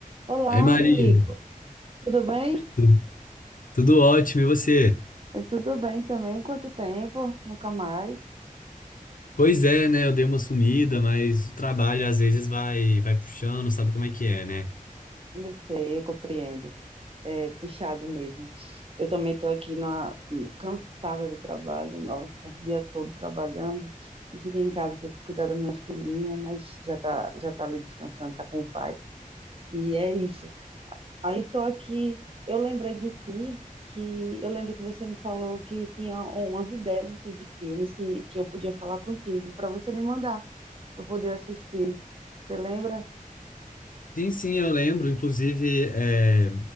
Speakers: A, on the right; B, on the left.
A: Olá,
B: Ei, Maria,
A: amigo. Tudo bem?
B: tu- tudo ótimo, e você?
A: Eh, Tudo bem também. Quanto tempo? Nunca mais.
B: Pois é, né? Eu dei uma sumida, mas o trabalho às vezes vai, vai puxando, sabe como é que é, né?
A: Eu sei, eu compreendo. É puxado mesmo. Eu também estou aqui na, cansada do trabalho, nossa, o dia todo trabalhando. E cheguei em casa, tive que cuidar da minha filhinha, mas já está já tá ali descansando, está com o pai. E é isso. Aí tô aqui, eu lembrei de ti, que eu lembro que você me falou que tinha umas ideias assim, de filmes que, que eu podia falar contigo, para você me mandar, para eu poder assistir. Você lembra?
B: Sim, sim, eu lembro. Inclusive, é,